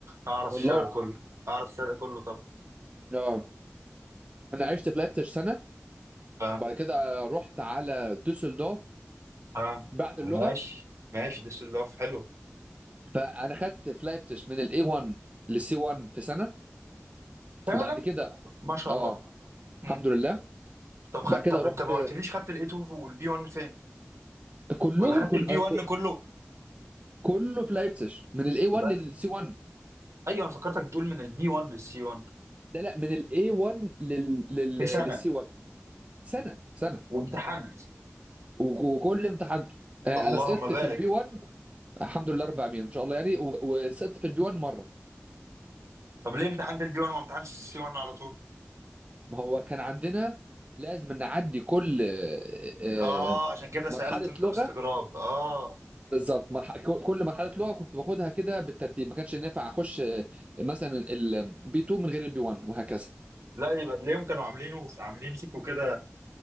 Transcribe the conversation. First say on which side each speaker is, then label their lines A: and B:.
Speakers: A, on the right; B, on the right.
A: اعرف
B: والله
A: الشرق كله اعرف الشرق كله طبعا
B: اه انا عشت في لايبتش سنه
A: اه
B: بعد كده رحت على دوسلدورف
A: اه
B: بعد اللغه
A: ماشي ماشي ديسلدورف حلو
B: فانا خدت في لايبتش من الاي 1 للسي 1 في سنه
A: فعلا
B: وبعد كده
A: ما شاء
B: اه
A: الله مم.
B: الحمد لله
A: طب خ...
B: بعد كده
A: طب
B: رحت
A: انت ما
B: آه،
A: قلتليش خدت الاي 2 والبي 1 فين؟
B: كلهم
A: ولا خدت
B: كل
A: البي
B: آه،
A: 1
B: ك-
A: كله؟
B: كله في لايبتش من الاي 1
A: يبقى
B: للسي 1
A: ايوه انا فكرتك بتقول من البي 1 للسي 1
B: لا لا من الاي 1 لل... لل...
A: في
B: للسي
A: سنة
B: 1 سنه سنه
A: وامتحنت
B: وك- وكل امتحانته آه،
A: اللهم
B: انا سقطت
A: بارك
B: في البي 1 الحمد لله رب العالمين ان شاء الله يعني و- وسقطت في البي 1 مره
A: طب ليه امتحنت البي 1 وما امتحنتش السي 1 على طول؟
B: ما هو كان عندنا لازم نعدي كل آه،
A: اه
B: آه،
A: عشان كده
B: مرحله
A: سألت انت
B: لغه
A: باستغراب اه
B: بالظبط مرح... كل مرحله لغه كنت باخدها كده بالترتيب ما كانش ينفع اخش آه، مثلا البي 2 من غير البي 1 وهكذا
A: لا يبقى تلاقيهم كانوا عاملينه عاملين فيكوا كده